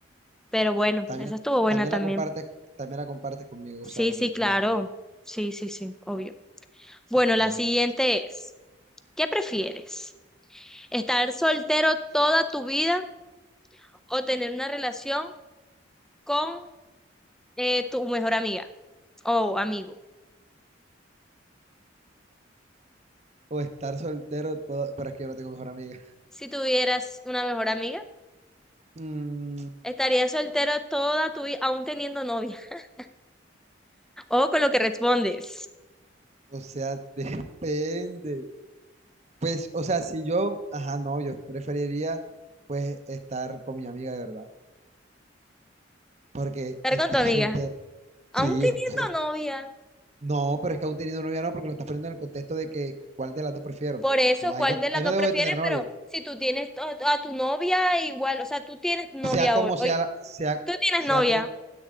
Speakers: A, in the centre; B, on the right (about 35°).
A: pero bueno,
B: También,
A: esa estuvo buena
B: también
A: también.
B: la compartes, también la compartes conmigo,
A: Sí,
B: o sea, con
A: sí,
B: mi opinión.
A: claro. Sí, sí, sí, obvio. Bueno,
B: Ok.
A: la siguiente es, ¿qué prefieres? ¿Estar soltero toda tu vida o tener una relación con eh, tu mejor amiga o amigo?
B: O estar soltero todo, pero es que yo no tengo mejor amiga.
A: Si tuvieras una mejor amiga,
B: Mm,
A: estarías soltero toda tu vida, aún teniendo novia. <laughs> O con lo que respondes.
B: o sea, <laughs> depende. Pues, o sea, si yo, ajá, no, yo preferiría pues estar con mi amiga de verdad. Porque
A: Estar
B: estar
A: con tu amiga,
B: soltero,
A: aún
B: sí,
A: teniendo
B: esto-
A: novia.
B: no, pero es que aún teniendo novia no, porque lo estás poniendo en el contexto de que cuál de las dos prefiero.
A: Por eso,
B: No, ahí
A: ¿cuál
B: no,
A: de las
B: ahí
A: dos
B: no debo
A: prefieres?
B: de tener novia.
A: Pero si tú tienes to- a tu novia, igual, o sea, tú tienes novia
B: sea como
A: hoy, hoy-
B: sea, la- sea,
A: tú tienes
B: sea
A: novia.
B: como,